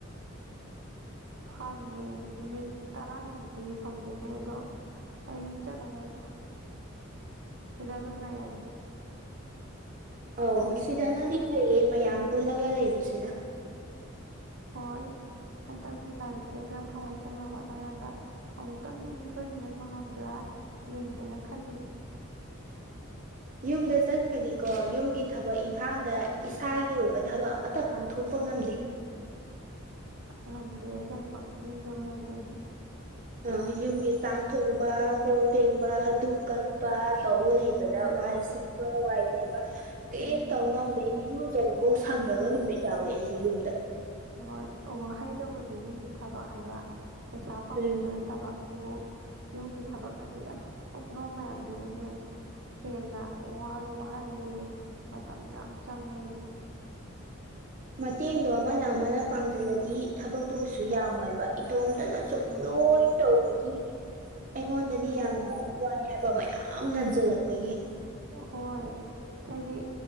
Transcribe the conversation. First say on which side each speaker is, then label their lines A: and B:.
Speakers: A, on the right (about 65°); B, on the right (about 40°).
A: ꯍꯥꯡꯉꯦ ꯅꯨꯃꯤꯠ ꯇꯔꯥꯅꯤꯃꯨꯛꯇꯤ ꯐꯪꯗꯣꯏꯅꯦ ꯑꯗꯣ ꯑꯩ ꯆꯠꯂꯣꯏꯗ ꯁꯤꯗ ꯑꯗꯨꯝ ꯂꯩꯔꯒꯦ
B: ꯑꯧ
A: ꯑꯩ
B: ꯁꯤꯗꯅꯗꯤ ꯐꯩꯌꯦ ꯃꯌꯥꯝ ꯄꯨꯜꯂꯒ ꯂꯩꯕꯁꯤꯅ
A: ꯍꯣꯏ ꯍꯟꯗꯛꯇꯤ ꯂꯥꯏꯔꯤꯛꯁꯦ ꯈꯔ ꯊꯋꯥꯏ ꯆꯪꯅ ꯍꯣꯠꯅꯔꯒ ꯑꯃꯨꯛꯇꯪꯗꯤ ꯃꯤꯊꯣꯏ ꯃꯤꯍꯟꯕ ꯉꯝꯕ꯭ꯔꯥ ꯌꯦꯡꯒꯦꯅ ꯈꯜꯂꯤ
B: ꯌꯨꯝꯗ ꯆꯠꯇꯈ꯭ꯔꯗꯤꯀꯣ ꯌꯨꯝꯒꯤ ꯊꯕꯛ ꯏꯪꯈꯥꯡꯗ ꯏꯁꯥꯒꯤ ꯑꯣꯏꯕ ꯊꯕꯛ ꯑꯃꯠꯇ ꯄꯥꯡꯊꯣꯛꯄ ꯉꯝꯗꯦ
A: ꯉꯝꯗꯦ ꯑꯁꯦꯡꯕ ꯌꯨꯝꯗꯕꯨ ꯂꯩꯅꯗꯤ
B: ꯑ ꯌꯨꯝꯒꯤ ꯆꯥꯛ ꯊꯣꯡꯕ ꯀꯣꯟ ꯊꯦꯡꯕ ꯙꯨꯞꯛ ꯀꯛꯄ ꯇꯧꯧꯕꯅꯩ ꯕꯗ
A: ꯍꯣꯏ
B: ꯋꯥꯏ ꯁꯤꯠꯄ ꯋꯥꯏ ꯇꯩꯕ
A: ꯑꯗꯨꯅꯦ
B: ꯀꯩꯝꯇꯧ ꯉꯝꯗ ꯏꯔꯨꯖꯕꯐꯧ ꯁꯪꯗꯕ ꯅꯨꯃꯤꯠ ꯌꯥꯎꯏꯤ ꯑꯩꯁꯦ ꯌꯨꯝꯗ
A: ꯍꯣꯏ ꯋꯥꯍꯩꯗꯕꯨꯗꯤ ꯌꯨꯝꯒꯤ ꯊꯕꯛ ꯍꯥꯏꯕ ꯄꯩꯁꯥ ꯐꯪꯕꯁꯨ
B: ꯎꯝ
A: ꯅꯠꯇꯕ ꯑꯗꯨꯕꯨ ꯌꯨꯝꯒꯤ ꯊꯕꯛꯅꯗꯤ ꯑꯁ ꯀꯨꯞꯅꯣ ꯃꯌꯥꯝꯗꯨꯅꯅꯦ ꯍꯦꯟꯅ ꯋꯥꯁꯨ ꯋꯥꯍꯜꯂꯦ ꯃꯇꯝꯁꯨ ꯌꯥꯝ ꯆꯪꯉꯦ
B: ꯃꯇꯦꯡꯗꯣ ꯑꯃꯅ ꯑꯃꯅ ꯄꯥꯡꯁꯤꯜꯂꯗꯤ ꯊꯕꯛꯇꯨꯕꯨꯁꯨ ꯌꯥꯝꯃꯣꯏꯕ ꯏꯇꯣꯝꯇꯅ ꯁꯨꯝ
A: ꯑꯗꯨꯅꯤ
B: ꯂꯣꯏꯅ ꯇꯧꯕꯒꯤ ꯑꯩꯉꯣꯟꯗꯗꯤ
A: ꯑꯗꯨꯅꯤ
B: ꯌꯥꯝꯅ ꯋꯥꯏ ꯍꯥꯏꯕ ꯃꯌꯥꯝ ꯅꯟꯁꯤꯜꯂꯛꯄꯒꯤ
A: ꯍꯣꯏ ꯇꯗꯤ